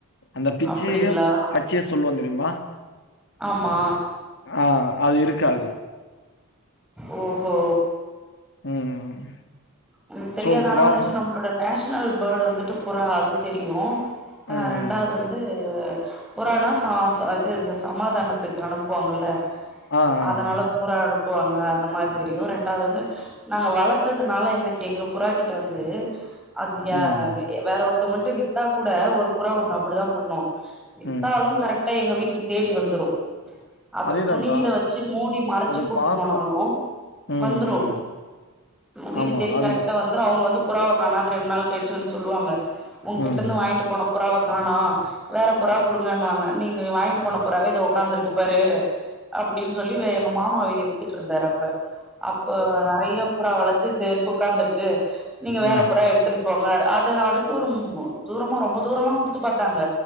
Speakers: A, on the left; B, in the centre.
A: அந்த பிச்சியு
B: அப்டிங்களா
A: பச்சயு சொல்லுவோ தெரிமா
B: ஆமா
A: ஆ அது இருக்காது
B: ஓஹோ
A: ம் ம்
B: எனக்கு தெரியாது
A: சோ
B: ஆனா
A: புறா
B: வந்துட்டு
A: வந்து
B: நம்மளோட நேஷ்னல் பேர்டு வந்துட்டு புறா அது தெரியு ஆ
A: ம்
B: ரெண்டாவது வந்து புறானா ச ச இது இந்த சமாதானத்துக்கு அனுப்புவாங்கல்ல
A: ஆ ஆ
B: அதனால
A: ஆ
B: புறா அனுப்புவாங்க அந்த மாரி தெரியு ரெண்டாவது வந்து நாங்க வளத்ததுனால எனக்கு எங்க புறா கிட்ட வந்து அது யா
A: ம்
B: வேற ஒருத்தவங்கள்ட வித்தா கூட ஒரு புறா ஒன்னு அப்டிதா பண்ணோ வித்தாலும்
A: ம்
B: கரெக் விட்டா எங்க வீட்டுக்கு தேடி வந்துரும் அத
A: அதேதாங்கா
B: துணில வச்சு மூடி மறைச்சி
A: அது
B: கூட்டு
A: பாசோ
B: போனாலு
A: ம்
B: வந்துரு
A: ம்
B: வீடு
A: ஆமா
B: தேடி
A: அதுக்கு
B: கரெக்டா வ வந்ரோ அவுங்க வந்து புறாவ காணோ ரெண்டு நாள் கழிச்சி வந்து சொல்லுவாங்க உங்க கிட்ட
A: ம்
B: இருந்து வாங்கிட்டு போன புறாவ காணு வேற புறாவ குடுங்கன்னுவாங்க நீங்க வாங்கிட்டு போன புறாவே இதோ ஒட்காந்திருக்கு பாரு அப்டின்னு சொல்லி இத எங்க மாமா வித்துட்டு இருந்தாரு அப்பே அப்போ நறைய புறா வளத்து தோ இருக்கு ஒட்காந்துருக்கு நீங்க வேற
A: ம்
B: புறா எடுத்துன் போங் அது அடுத்து ஒரு ம் தூரமா ரொம்ப தூரல்லா குடுத்து பாத்தாங்க